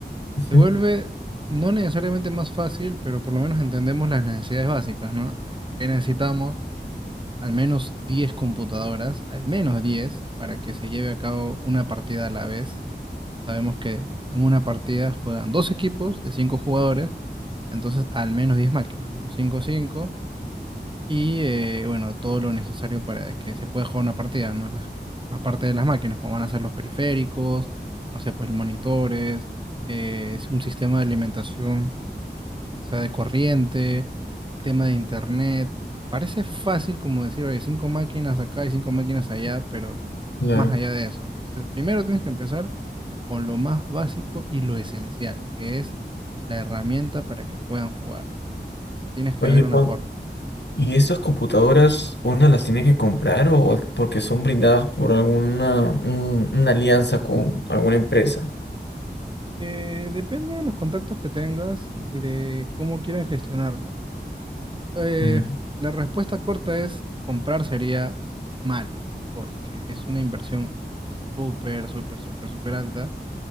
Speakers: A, on the left; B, on the right.
A: Ujú.
B: se vuelve no necesariamente más fácil, pero por lo menos entendemos las necesidades básicas, ¿no? Eh, ¿qué necesitamos? al menos 10 computadoras, al menos 10 para que se lleve a cabo una partida a la vez. Sabemos que en una partida juegan dos equipos de 5 jugadores, entonces al menos 10 máquinas, bueno, 5 5 y eh, bueno, todo lo necesario para que se pueda jugar una partida, ¿no? Las, más parte de las máquinas, como van a ser los periféricos, no sé, pues monitores, eh, es un sistema de alimentación o sea, de corriente, el tema de internet. Parece fácil como decir, oye, cinco máquinas acá y cinco máquinas allá, pero
A: Claro.
B: es más allá de eso, ¿no? Entonces, primero tienes que empezar con lo más básico y lo esencial, que es la herramienta para que puedan jugar. O sea, tienes que
A: Oye,
B: ver una
A: Juan,
B: forma.
A: ¿Y estas computadoras una las tiene que comprar o o porque son brindadas por alguna un- una alianza con alguna empresa?
B: Eh, depende de los contactos que tengas y de cómo quieran gestionarlo. Eh,
A: Mm,
B: la respuesta corta es comprar sería malo, porque es una inversión súper, súper, súper, súper alta